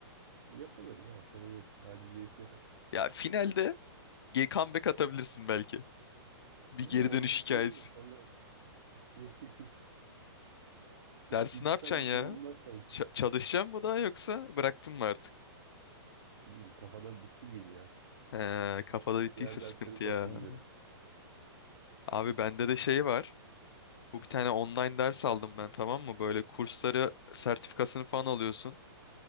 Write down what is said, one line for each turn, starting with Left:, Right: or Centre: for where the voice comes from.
Right: Yapılır ya sorun yok. Aciliyeti yok.
Left: Ya finalde ge- comeback atabilirsin belki. Bir
Right: Bilmiyorum
Left: geri dönüş
Right: onu düşündüm
Left: hikayesi.
Right: de sonra <laughs> ne bileyim. <laughs>
Left: Dersi
Right: Üçten
Left: ne yapacaksın
Right: de
Left: ya?
Right: dönülmez sanki.
Left: Ç- çalışacağım mı daha yoksa bıraktım mı artık?
Right: Bilmiyorum kafada bitti gibi ya.
Left: He, kafada bittiyse
Right: Diğer
Left: sıkıntı
Right: dersleri toplayayım
Left: ya.
Right: diyorum.
Left: Abi bende de şey var. Bu bir tane online ders aldım ben tamam mı? Böyle kursları sertifikasını falan alıyorsun.